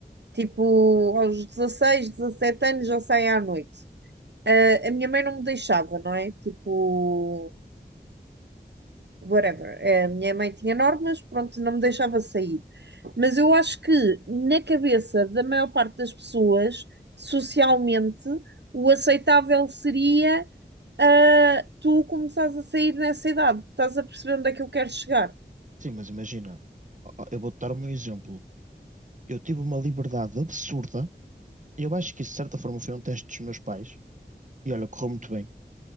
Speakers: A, on the right; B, on the right.
A: Tipo, aos 16 17 anos já saem à noite. Ah, a minha mãe não me deixava, não é? Tipo, whatever. É, A minha mãe tinha normas, pronto, não me deixava sair. Mas eu acho que na cabeça da maior parte das pessoas, socialmente, o aceitável seria ah, tu começares a sair nessa idade. Estás a perceber onde é que eu quero chegar?
B: Sim, mas imagina, ó, ó, eu vou-te dar um exemplo. Eu tive uma liberdade absurda, e eu acho que isso, de certa forma, foi um teste dos meus pais. E olha, correu muito bem,